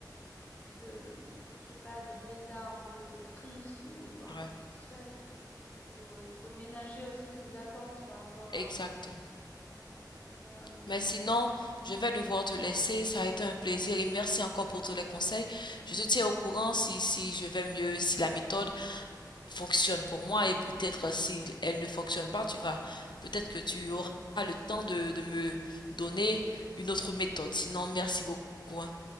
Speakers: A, on the left; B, on the left.
A: de je sais pas de d'état un peu triste ou insatisfait
B: Ouais.
A: tu vois donc il faut euh, il faut ménager aussi ses attentes par rapport à,
B: Exact.
A: à ça mais euh,
B: Mais sinon, je vais devoir te laisser. Ça a été un plaisir et merci encore pour tous les conseils. Je te tiens au courant si, si je vais mieux, si la méthode fonctionne pour moi et peut-être si elle ne fonctionne pas, tu vas, peut-être que tu auras le temps de, de me donner une autre méthode. Sinon, merci beaucoup. hein.